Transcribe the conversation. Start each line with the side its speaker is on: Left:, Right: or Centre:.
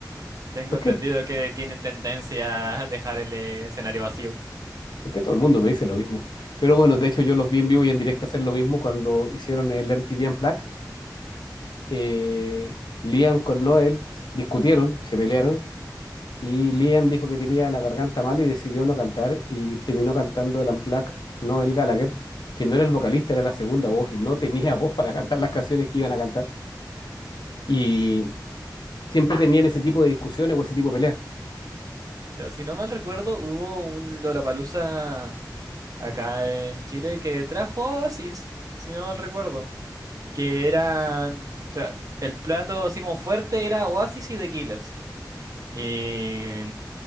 Right: Tengo
Left: ¿Por
Right: entendido
Left: qué?
Right: que tienen tendencia a dejar el eh, escenario vacío.
Left: Porque todo el mundo me dice lo mismo. Pero bueno, de hecho yo los vi en vivo y en directo hacer lo mismo cuando hicieron el MTV Unplugged eh, Liam con Noel discutieron, se pelearon, y Liam dijo que tenía la garganta mal y decidió no cantar y terminó cantando el Unplugged Noel Gallagher, que no era el vocalista, era la segunda voz y no tenía <laughs> voz para cantar las canciones que iban a cantar. Y siempre tenían ese tipo de discusiones o ese tipo de peleas.
Right: Pero Si no mal recuerdo, hubo un Lollapalooza acá en Chile que trajo a Oasis, si no mal recuerdo. Que era... tra- El plato así como fuerte era Oasis y The Killers. Y,